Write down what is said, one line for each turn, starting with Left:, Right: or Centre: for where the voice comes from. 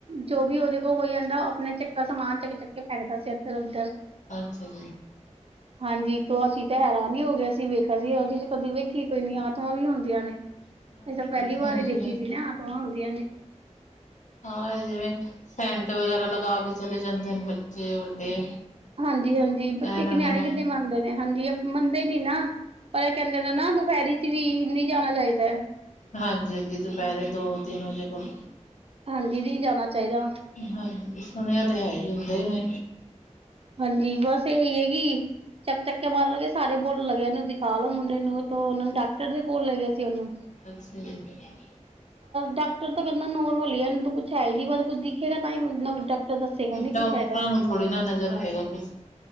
Right: ਜੋ ਵੀ ਉਹਦੇ ਉਹ ਹੋਈ ਯਾਂਦਾ। ਉਹ ਆਪਣੇ ਚੱਕਰ ਸਮਾਨ ਚੱਕ ਚੱਕ ਕੇ ਫੈਕਦਾ ਸੀ। ਇਧਰ- ਉੱਧਰ
Left: ਅੱਛਾ ਜੀ।
Right: ਹਾਂਜੀ ਤੋ ਅਸੀਂ ਤੇ ਹੈਰਾਨ ਈ ਹੋ ਗਏ ਅਸੀਂ ਵੇਖਿਆ ਅਸੀਂ ਤੇ ਕਦੀ ਵੇਖੀ ਕੋਈ ਨੀ ਆਤਮਾ ਵੀ ਹੁੰਦੀਆਂ ਨੇ।
Left: ਹਾਂਜੀ,
Right: ਅਸੀ ਤਾਂ ਪਹਿਲੀ
Left: ਹਾਂਜੀ
Right: ਵਾਰ ਈ ਦੇਖੀ ਸੀ ਨਾ ਆਤਮਾਂ ਹੁੰਦੀਆਂ ਨੇ।
Left: ਹਾਂ, ਇਹ ਜਿਵੇਂ, ਸੈਂਟ ਵਗੈਰਾ ਲਗਾ ਕੇ ਚਲੇ ਜਾਂਦੇ ਨੇ ਬੱਚੇ, ਵੱਡੇ
Right: ਹਾਂਜੀ -ਹਾਂਜੀ
Left: ਇਹਨਾਂ
Right: ਬੱਚੇ ਕੀ ਨਿਆਣੇ
Left: ਨੂੰ
Right: ਕਿੱਦੇ ਮੰਨਦੇ ਨੇ ਹਾਂਜੀ। ਮੰਨਦੇ ਨੀ ਨਾ ਪਰ ਇਹ ਕਹਿੰਦੇ ਨੇ ਨਾ ਦੁਪਹਿਰੀ ਚ' ਵੀ ਨੀ ਜਾਣਾ ਚਾਈਦਾ।
Left: ਹਾਂਜੀ-ਹਾਂਜੀ ਦੁਪਹਿਰੇ ਦੋ- ਤਿੰਨ ਵਜੇ ਕੋਲ
Right: ਹਾਂਜੀ। ਨੀ ਜਾਣਾ ਚਾਹੀਦਾ
Left: ਹਾਂਜੀ। ਸੁਣਿਆ ਤੇ ਹੈ ਈ, ਹੁੰਦੇ ਨੇ।
Right: ਹਾਂਜੀ। ਬਸ ਇਹੀ ਏ ਕੀ ਚੱਕ-ਚੱਕ ਕੇ ਮਾਰ ਲੱਗੇ ਸਾਰੇ ਬੋਲ ਲੱਗੇ ਇਹਨੂੰ ਦਿਖਾ ਲੋਓ ਮੁੰਡੇ ਨੂੰ ਉਹਨਾਂ ਨੂੰ ਡਾਕਟਰ ਦੇ ਕੋਲ ਲੈ ਗਏ ਸੀ। ਉਹਨੂੰ
Left: ਅੱਛਾ ਜੀ।
Right: ਡਾਕਟਰ ਤਾਂ ਕਹਿੰਦਾ ਨੋਰਮਲ ਹੀ ਏ ਇਹਨੂੰ ਤਾ ਕੁੱਛ ਹੈ ਈ ਨੀ। ਕੁਛ ਦਿਖੇਗਾ ਤਾਂ ਹੀ ਡਾਕਟਰ ਦੱਸੇਗਾ ਨੀ
Left: ਡਾਕਟਰਾਂ
Right: ਕੁਛ ਹੈਗਾ।
Left: ਨੂੰ ਥੋੜ੍ਹੀ ਨਾ ਨਜ਼ਰ ਆਏਗਾ ਕੁਛ